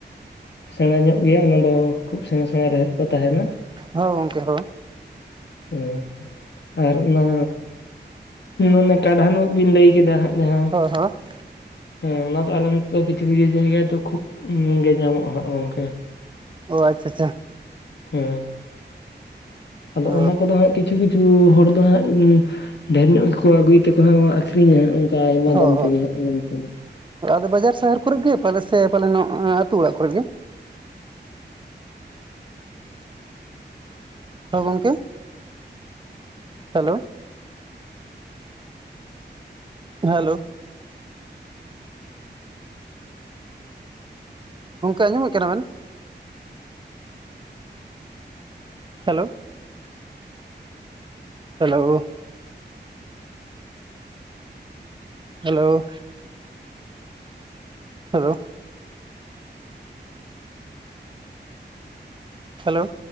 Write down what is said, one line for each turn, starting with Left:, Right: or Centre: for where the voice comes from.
Left: ᱥᱮᱬᱟ ᱧᱚᱜ ᱜᱮᱭᱟ ᱚᱱᱟᱫᱚ ᱠᱷᱩᱵ ᱥᱮᱬᱟ ᱥᱮᱬᱟ ᱨᱮᱦᱮᱫ ᱠᱚ ᱛᱟᱦᱮᱱᱟ᱾
Right: ᱦᱚ ᱜᱚᱝᱠᱮ ᱦᱚ᱾
Left: ᱦᱩᱸ ᱟᱨ ᱚᱱᱟ ᱚᱱᱮ ᱠᱟᱰᱷᱟᱱᱚᱜ ᱵᱤᱱ ᱞᱟᱹᱭ ᱠᱮᱫᱟ ᱦᱟᱸᱜ ᱡᱟᱦᱟᱸ
Right: <unintelligible>
Left: ᱦᱮᱸ ᱚᱱᱟ ᱫᱚ ᱟᱞᱮ ᱱᱚᱛᱮ ᱫᱚ ᱠᱤᱪᱷᱩ ᱠᱤᱪᱷᱩ ᱡᱟᱭᱜᱟ ᱫᱚ ᱠᱷᱩᱵ ᱜᱮ ᱧᱟᱢᱚᱜᱼᱟ ᱦᱟᱸᱜ ᱜᱚᱝᱠᱮ᱾
Right: ᱚ ᱟᱪᱪᱷᱟ ᱟᱪᱷᱟ᱾
Left: ᱦᱮᱸ ᱟᱫᱚ
Right: ᱦᱚᱸ
Left: ᱚᱱᱟ ᱠᱚᱫᱚ ᱦᱟᱸᱜ ᱠᱤᱪᱷᱩ ᱠᱤᱪᱷᱩ ᱦᱚᱲ ᱫᱚ ᱦᱟᱸᱜ ᱩᱸ ᱰᱷᱮᱨ ᱧᱚᱜ ᱜᱮᱠᱚ ᱟᱹᱜᱩᱭ ᱛᱮᱠᱚ ᱟᱹᱠᱷᱨᱤᱧᱟ ᱦᱟᱸᱜ ᱩᱸ᱾ ᱠᱟ ᱟᱭᱢᱟ
Right: ᱦᱚᱸ
Left: ᱫᱟᱢ ᱛᱮᱜᱮ <inaudible>
Right: ᱟᱫᱚ ᱵᱟᱡᱟᱨ ᱥᱟᱦᱟᱨ ᱠᱚᱨᱮᱜ ᱜᱮ ᱯᱟᱞᱮ ᱥᱮ ᱯᱟᱞᱮ ᱱᱚᱜ ᱟᱹᱛᱩ ᱚᱲᱟᱜ ᱠᱚᱨᱮᱜ ᱜᱮ? ᱦᱚᱸ ᱜᱚᱝᱠᱮ, ᱦᱮᱞᱳ᱾ ᱦᱮᱞᱳ᱾ ᱜᱚᱝᱠᱮ ᱟᱸᱡᱚᱢᱮᱫ ᱠᱟᱱᱟ ᱵᱮᱱ? Hello. Hello. Hello. Hello. Hello.